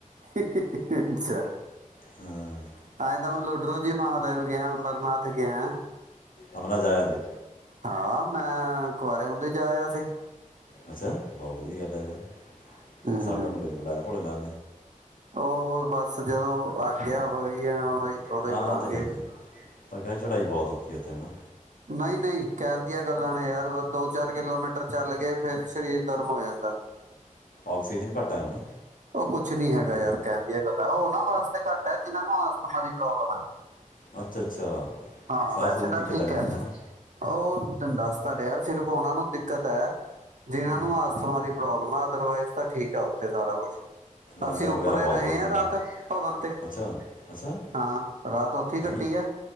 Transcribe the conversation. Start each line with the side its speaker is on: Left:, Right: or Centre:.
Right: ਹੀਹੀਹੀ ਅੱਛਾ
Left: ਹਾਂ
Right: ਤਾਂਹੀ ਤਾਂ ਮੈਂ ਲੁਡਰੂ ਜੀ ਮਾ <unintelligible> ਗਿਆ ਅਮਰਨਾਥ ਗਿਆ
Left: ਅਮਰਨਾਥ ਜਾ ਆਇਆ ਤੂੰ
Right: ਹਾਂ ਮੈਂ ਕੁਆਰੇ ਹੁੰਦੇ ਹੀ ਜਾ ਆਇਆ ਸੀ
Left: ਅੱਛਾ ਬਹੁਤ ਵਧੀਆ ਗੱਲ ਹੈ ਯਾਰ
Right: ਹਮ,
Left: ਸਾਡਾ ਨੀ ਕਦੇ ਬੁਲਾਇਆ ਭੋਲੇ ਨਾਥ
Right: ਉਹ ਬਸ ਜਦੋਂ ਆਗਿਆ ਹੋਈ ਆ ਉਦੋਂ ਹੀ ਉਦੋਂ
Left: ਹਾਂ
Right: ਹੀ ਬੁਲਾਣਗੇ
Left: ਉਹ ਤਾਂ ਹੈ ਹੀ ਹੈ ਕਹਿੰਦੇ ਚੜ੍ਹਾਈ ਬਹੁਤ ਔਖੀ ਐ ਉੱਥੇ ਹਨਾ
Right: ਨਹੀਂ ਨਹੀਂ ਕਹਿਣ ਦੀਆਂ ਗੱਲਾਂ ਨੇ ਯਾਰ ਦੋ ਚਾਰ ਕਿਲੋਮੀਟਰ ਚੱਲਗੇ ਫਿਰ ਸਰੀਰ ਗਰਮ ਹੋ ਜਾਂਦਾ
Left: ਆਕਸੀਜਨ ਘਟ ਐ ਨਾ।
Right: ਉਹ ਕੁਛ ਨੀ ਹੈਗਾ ਯਾਰ ਕਹਿਣ ਦੀਆਂ ਗੱਲਾਂ ਉਹਨਾਂ ਵਾਸਤੇ ਘੱਟ ਹੈ ਜਿਹਨਾਂ ਨੂੰ ਅਸਥਮਾ ਦੀ ਪ੍ਰੋਬਲਮ ਹੈ।
Left: ਅੱਛਾ ਅੱਛਾ।
Right: ਹਾਂ
Left: ਸਾਹ
Right: ਵੈਸੇ
Left: ਸੂਹ ਦੀ
Right: ਤਾਂ
Left: ਦਿੱਕਤ
Right: ਠੀਕ
Left: ਆ ਜਿਹਨਾਂ
Right: ਹੈ
Left: ਨੂੰ ਨਾ
Right: ਉਹ। ਤੈਨੂੰ ਦੱਸ ਤਾਂ ਰਿਹਾ ਸਿਰਫ ਉਹਨਾ ਨੂੰ ਦਿੱਕਤ ਹੈ। ਜਿਨਾਂ
Left: ਹੂੰ,
Right: ਨੂੰ ਆਸਥਮਾ ਦੀ ਪ੍ਰੋਬਲਮ ਆ ਅਦਰਵਾਈਜ਼ ਤਾਂ ਠੀਕ ਆ ਉੱਥੇ ਸਾਰਾ ਕੁਛ।
Left: ਲੰਗਰ
Right: ਅਸੀਂ ਉੱਪਰੇ
Left: ਵਗੈਰਾ ਬਹੁਤ
Right: ਰਹੇ
Left: ਵਧੀਆ
Right: ਹਾਂ
Left: ਨੇ
Right: ਰਾਤ ਭਵਨ ਤੇ,
Left: ਅੱਛਾ ਅੱਛਾ
Right: ਹਾਂ ਰਾਤ ਉੱਥੇ ਕੱਟੀ
Left: ਹੈਗੀ
Right: ਐ